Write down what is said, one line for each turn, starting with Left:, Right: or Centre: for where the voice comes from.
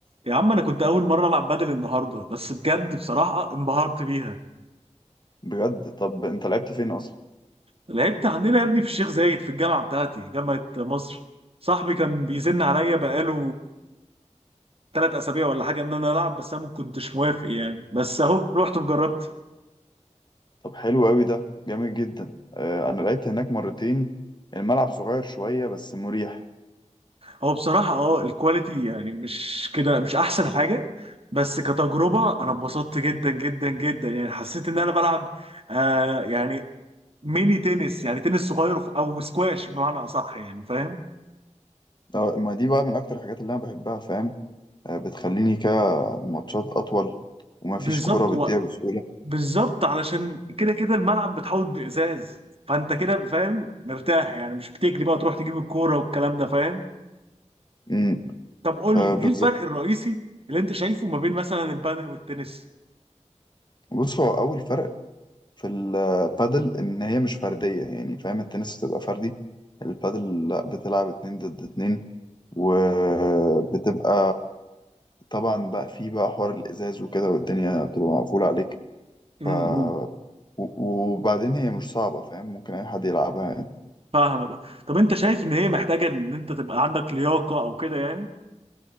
Right: يا عم انا كنت اول مره العب بدل النهارده بس بجد بصراحه انبهرت بيها
Left: بجد طب انت لعبت فين اصلا
Right: لعبت عندنا يا ابني في الشيخ زايد في الجامعه بتاعتي جامعه مصر صاحبي كان بيزن عليا بقاله ثلاث اسابيع ولا حاجه ان انا العب بس انا ما كنتش موافق يعني بس اهو رحت وجربت
Left: طب حلو قوي ده جامد جدا آه انا لعبت هناك مرتين الملعب صغير شويه بس مريح
Right: هو بصراحه اه الكواليتي يعني مش كده مش احسن حاجه بس كتجربه انا اتبسطت جدا جدا جدا يعني حسيت ان انا بلعب آه يعني ميني تنس يعني تنس صغير او سكواش بمعنى اصح يعني فاهم
Left: آه ما دي بقى من اكتر الحاجات اللي انا بحبها فاهم آه بتخليني كده ماتشات اطول وما
Right: بالظبط
Left: فيش كرة بتضيع
Right: و...
Left: بسهوله
Right: بالظبط علشان كده كده الملعب بتحوط بإزاز فانت كده فاهم مرتاح يعني مش بتجري بقى تروح تجيب الكورة والكلام ده فاهم
Left: امم
Right: طب قول
Left: آه
Right: لي ايه
Left: بالظبط
Right: الفرق الرئيسي اللي انت شايفه ما بين مثلا البادل والتنس
Left: بص هو اول فرق في البادل ان هي مش فرديه يعني فاهم التنس بتبقى فردي البادل لا بتلعب اتنين ضد اتنين وبتبقى طبعا بقى في بقى حوار الازاز وكده والدنيا بتبقى مقفوله عليك
Right: امم
Left: ف و- وبعدين هي مش صعبه فاهم ممكن اي حد يلعبها يعني
Right: فاهمك طب انت شايف ان هي محتاجة ان انت تبقى عندك لياقة او كده يعني